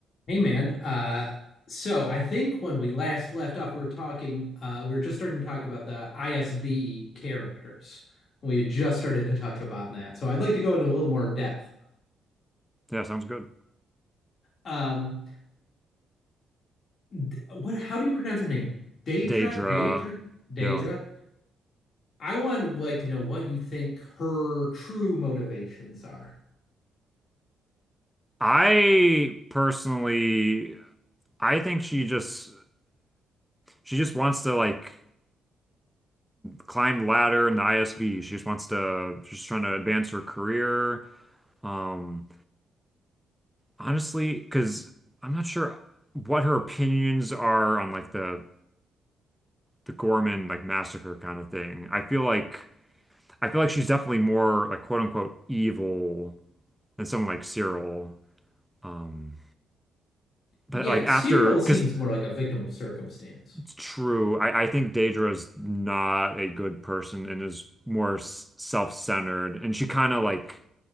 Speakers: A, on the left; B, in the centre.
A: Hey man, uh, so I think when we last left off, we were talking, uh, we were just starting to talk about the ISB characters. We had just started to touch upon that, so I'd like to go into a little more depth.
B: Yeah, sounds good.
A: Um, d- what? How do you pronounce her name? Daedra,
B: Daedra.
A: Daedra, Daedra.
B: Yeah.
A: I would like to know what you think her true motivations are.
B: I personally I think she just she just wants to like climb the ladder in the ISB. She just wants to she's trying to advance her career. Um honestly, because I'm not sure what her opinions are on like the the Gorman like massacre kind of thing. I feel like I feel like she's definitely more like quote unquote evil than someone like Cyril. Um but
A: Yeah,
B: like
A: Cyril
B: after because
A: seems more like a victim of circumstance.
B: It's true. I, I think Daedra's not a good person and is more s- self-centered. And she kind of like